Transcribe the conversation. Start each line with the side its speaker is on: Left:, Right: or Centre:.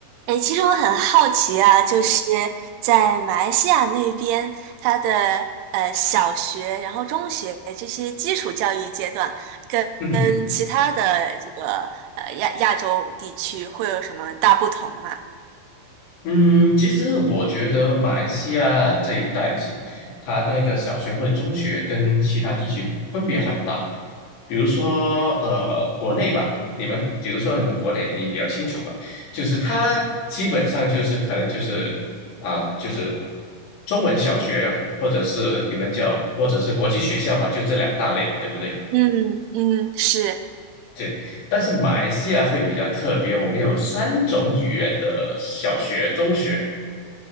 Right: 哎，其实我很好奇啊，就是在马来西亚那边，它的呃小学，然后中学这些基础教育阶段，跟跟其他的这个呃亚亚洲地区会有什么大不同吗？
Left: <laughs> 嗯，其实我觉得马来西亚这一带，其它那个小学或者中学跟其他地区分别很大。比如说，呃，国内吧，你们比如说你们国内，你比较清楚吧，就是它基本上就是可能就是啊、就是中文小学或者是你们叫或者是国际学校嘛，就这两大类嘛，对不对？
Right: 嗯嗯，是，
Left: 对。但是马来西亚会比较特别，我们有三种语言的小学、中学。